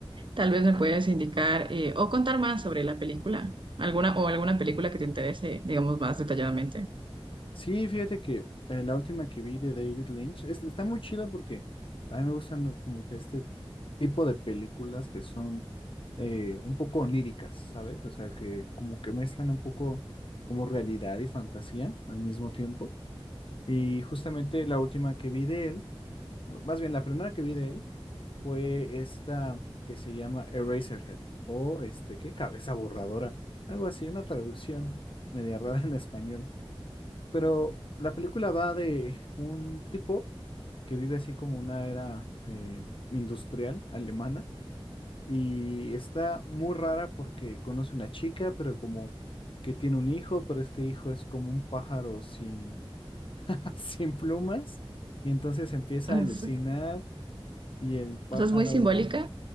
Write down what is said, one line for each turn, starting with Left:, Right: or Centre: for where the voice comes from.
Right: Tal vez me puedes indicar eh, o contar más sobre la película, alguna o alguna película que te interese, digamos, más detalladamente.
Left: Sí, fíjate que eh, la última que vi de David Lynch es- está muy chido porque a mí me gustan ¿no? como que este tipo de películas que son eh, un poco oníricas, ¿sabes? O sea, que como que mezclan un poco como realidad y fantasía al mismo tiempo. Y justamente la última que vi de él, m- más bien la primera que vi de él fue esta que se llama Eraserhead o este, ¿qué? Cabeza borradora, algo así, una traducción media rara en español. Pero la película va de un tipo que vive así como una era eh, industrial alemana y está muy rara porque conoce una chica, pero como que tiene un hijo, pero este hijo es como un pájaro sin, <laughs> sin plumas y entonces empieza
Right: Es-
Left: a alucinar y el pájaro...
Right: o sea, es muy simbólica.